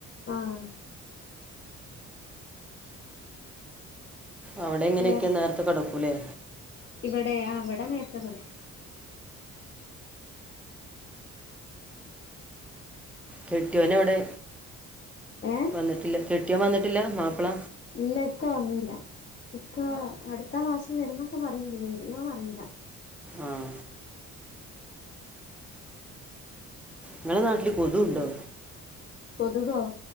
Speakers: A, on the left; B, in the centre.
A: ആഹ്.
B: അവിടെങ്ങനെക്കെ
A: വേറെ
B: നേരത്തെ കെടക്കൂലേ.
A: ഇവിടെ. ആ ഇവിടെ നേരത്തെ കെടക്കും.
B: കെട്ടിയോനവിടെ
A: ഏ
B: വന്നിട്ടില്ല കെട്ടേൻ വന്നിട്ടില്ല മാപ്പള.
A: ഇല്ല. ഇക്ക വന്നിയില്ല ഇക്ക അടുത്ത മാസം വരുന്നൊക്കെ പറയണ്ട് വരൊന്ന്റില്ല.
B: ആഹ ഞങ്ങളെ നാട്ടില് കൊതുണ്ടോ
A: കൊത്കോ